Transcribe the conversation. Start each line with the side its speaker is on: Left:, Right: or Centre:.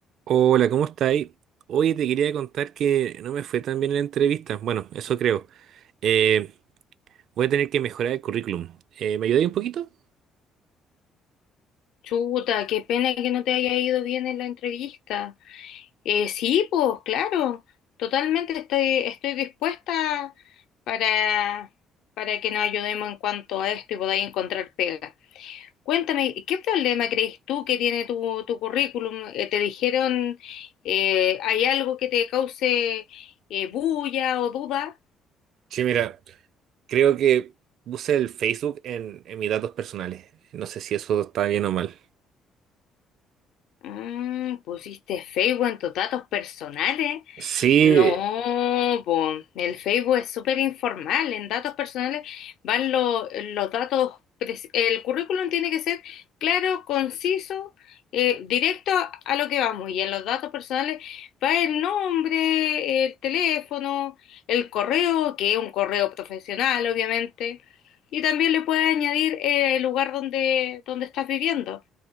Right: Hola, ¿cómo estáis? Oye, te quería contar que no me fue tan bien en la entrevista. Bueno, eso creo. Eh, voy a tener que mejorar el currículum. Eh, ¿me ayudáis un poquito?
Left: Chuta, qué pena que no te haya ido bien en la entrevista. Eh, sí, pues claro, totalmente estoy, estoy dispuesta para, para que nos ayudemos en cuanto a esto y podáis encontrar pega. Cuéntame, ¿qué problema crees tú que tiene tu, tu currículum? Eh, ¿te dijeron, eh, hay algo que te cause eh, bulla o duda?
Right: Sí, mira, creo que puse el Facebook en, en mis datos personales. No sé si eso está bien o mal.
Left: Mm, pusiste Facebook en tus datos personales.
Right: Sí,
Left: No, po, el Facebook es súper informal. En datos personales van lo- los datos. pres- El currículum tiene que ser claro, conciso, eh, directo a, a lo que vamos. Y en los datos personales va el nombre, el teléfono, el correo, que es un correo profesional, obviamente. Y también le puedes añadir eh, el lugar donde, donde estás viviendo.